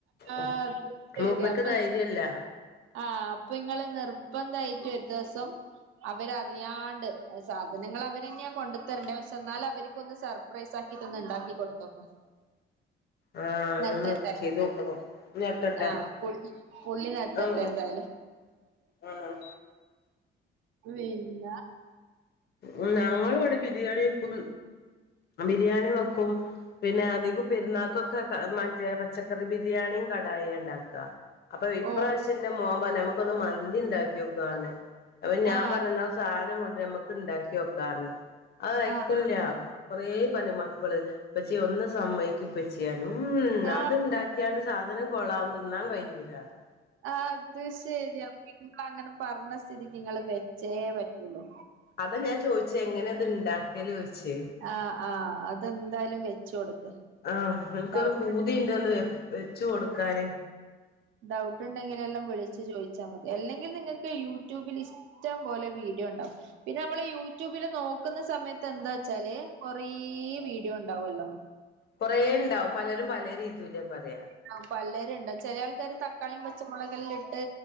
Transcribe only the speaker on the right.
അത്
ശരി
അപ്പൊ
ആഹ് അപ്പൊ ഇങ്ങള് നിർബന്ധായിറ്റ് ഒരു ദിവസം അവരറിയാണ്ട് സാധനങ്ങള് അവരെന്നെയാ കൊണ്ട് തരണ്ടേ പക്ഷെ എന്നാലും അവര് ക്കൊന്ന് സർപ്രൈസ് ആക്കീട്ട് ഒന്ന് ഇണ്ടാക്കി കൊടുത്തോക്ക്
നെട്ടട്ടെ
ആഹ് പു പുള്ളി നെട്ട് ട്ടട്ടെ
എന്തായാലും
പിന്നാ
ഓഹ്
ആഹ്
ആഹ്
ആഹ്
അത് ശരിയാ <unintelligible> പറഞ്ഞ സ്ഥിതിക്ക് നിങ്ങള് വെച്ചേ പറ്റുള്ളൂ
ആഹ് ആഹ് അതെന്തായാലും വെച്ച് കൊടുക്ക്
ഡൗട്ട്
ഉണ്ടെങ്കി
ഡൗട്ട്ണ്ടെങ്കിലെല്ലാം വിളിച്ച് ചോദിച്ചാ മതി അല്ലെങ്കിൽ നിങ്ങൾക്ക് യൂട്യൂബില് ഷ് ടം പോലെ വീഡിയോണ്ടാവും പിന്നെ നമ്മള് യൂട്യൂബില് നോക്കുന്ന സമയ ത്തെന്താച്ചാല് കൊറേ വീഡിയോണ്ടാവല്ലോ
ആഹ് പലരുണ്ടാവും ചെലേ ആൾക്കാര് തക്കാളിയും പച്ചമുളകെല്ലാം ഇട്ട്